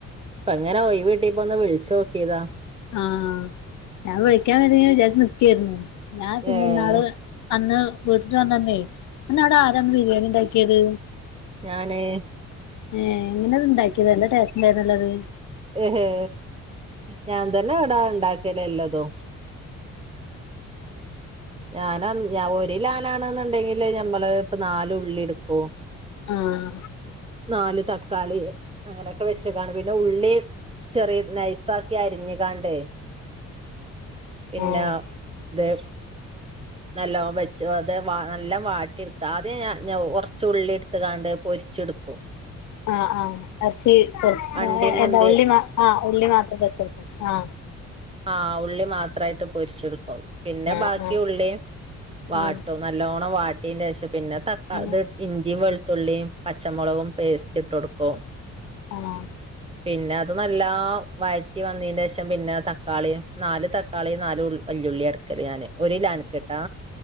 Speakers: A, on the right; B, on the left.
A: പ്പങ്ങനെ ഓയ്‌വിട്ടിയെപ്പോ, ഒന്ന്, വിളിച്ചോക്കിയേതാ.
B: ആ, ഞാൻ, വിളിക്കാൻ, വേണ്ടിങ്ങനെ, വിചാരിച്ച്, നിക്കായിരുന്നു, ഞാൻ, പിന്നെ,
A: ഏഹ്
B: ന്നാള് അന്ന്, വീട്ട് വന്നന്നൈ, അന്നവ്ടെ, ആരാണ്, ബിരിയാണി ണ്ടാക്കിയേത്.
A: ഞാനേ.
B: ഏ, എങ്ങനെത്, ണ്ടാക്കിയേത്, നല്ലെ, ടേസ്റ്റ് ണ്ടായിരുന്നല്ലോ, അത്.
A: ഏഹെ, ഞാൻ തന്നെ, അവിടാ ണ്ടാക്കല്, എല്ലതും, ഞാനന്ന്, ഞ, ഒരിലോ ലാണ്ന്ന്ണ്ടേങ്കില്, നമ്മള്, പ്പൊ, നാലുള്ളിട്ക്കും.
B: ആഹ്.
A: നാല്, തക്കാളി, അങ്ങനൊക്കെവെച്ച്കാണ്ട്, പിന്നെ, ഉള്ളി, ചെറിയ, നൈസാ <unintelligible> അരിഞ്ഞ്കാണ്ട്, പിന്നെഉം,
B: ആ ആ
A: ദെ നല്ലോം, വെച്ച് വത്, വ, നല്ലം, വാട്ടിട്ക്ക, ആദ്യം, ഞ, ഞ, വൊ, വൊറ്ച്ചുള്ളി, ട്ത്ത്കാണ്ട് പൊരിച്ച്ട്ക്കും.
B: ആ, ആഹ്, എർച്ചി, <unintelligible>
A: അണ്ടി മുന്തി
B: എന്താ, ഉള്ളീം, മ, ആ, ഉള്ളി മാത്രം, <unintelligible> ആ
A: ആ, ഉള്ളി മാത്രായിട്ട്, പൊരിച്ചെടുക്കും, പിന്നെ,
B: ആഹ്
A: ബാക്കിയുള്ളീം
B: ആഹ്
A: വാട്ടും,
B: ആഹ്
A: നല്ലോണം വാ ട്ടീനെഷോം, പിന്നെ, തക്കാ,
B: അങ്ങനെ
A: ത്, ഇഞ്ചിയും, വെളുത്തുള്ളീം, പച്ചമൊളകും, പേസ്റ്റിട്ടോട്ക്കു ഓ.
B: ആഹ്.
A: പിന്നെ അത് നല്ലാം വഴറ്റി വന്നീന്റെ ശേഷം പിന്നെ ത കാളീം നാല് തക്കാളീം നാല് ഉൾ വല്ലിയുള്ളിയാട്ക്കൽ ഞാൻ ഒരുലാൻക്ക് ട്ടാ.